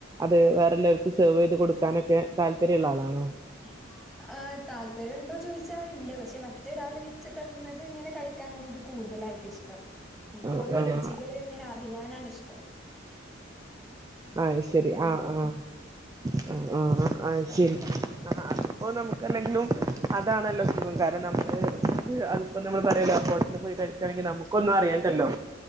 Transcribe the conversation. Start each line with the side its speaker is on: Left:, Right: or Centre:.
Right: അത് വേറെല്ലാവർക്ക് സെർവ് ചെയ്ത് കൊടുക്കാനൊക്കെ താല്പര്യള്ള ആളാണോ?
Centre: <unintelligible> താല്പര്യം ഉണ്ടോ ചോദിച്ചാഇണ്ട് പക്ഷെ മറ്റൊരാള് വെച്ച് തന്നത് ഇങ്ങനെ കഴിക്കാനാണ് എനിക്ക് കൂടുതലായിട്ട് ഇഷ്ടം. ട്ടം ഇന്ക്ക്
Right: ആ
Centre: ഓരോ രുചികള്
Right: ആ
Centre: ഇങ്ങനെ അറിയാനാണിഷ്ടം.
Right: അയ് ശരി ആഹ്, ആഹ്, ആ, ആ ആ ശരി ആ അപ്പോൾ നമുക്കല്ലെങ്കിലും അതാണല്ലോ സുഖം കാരണം നമ്മള്. അതിപ്പോ നമ്മള് പറയല്ലോ ഹോട്ടൽ പോയി കഴിക്കാണെങ്കി നമുക്കൊന്നും അറിയണ്ടല്ലോ.